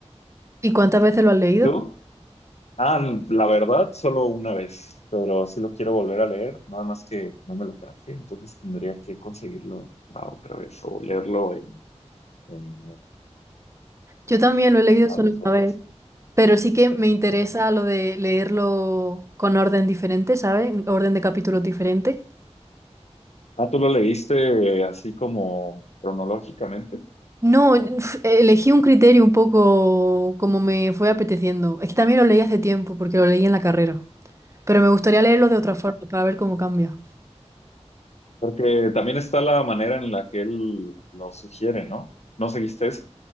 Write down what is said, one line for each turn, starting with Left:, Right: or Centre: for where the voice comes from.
Right: ¿Y cuántas veces lo has leído?
Left: ¿Y tú? Ah, la verdad, solo una vez, pero sí lo quiero volver a leer, nada más que no me lo traje, entonces tendría que conseguirlo la otra vez o leerlo en, en
Right: Yo también lo he leído
Left: una tablet
Right: solo
Left: o
Right: una
Left: algo
Right: vez,
Left: así.
Right: pero sí que me interesa
Left: ¿no?
Right: lo de leerlo con orden diferente, ¿sabes? Orden de capítulos diferente.
Left: Ah, ¿tú lo leíste eh, así como cronológicamente?
Right: No, uf, elegí un criterio un poco como me fue apeteciendo. Es que también lo leí hace tiempo, porque lo leí en la carrera. Pero me gustaría leerlo de otra forma, para ver cómo cambia.
Left: Porque también está la manera en la que él lo sugiere, ¿no? ¿No seguiste eso?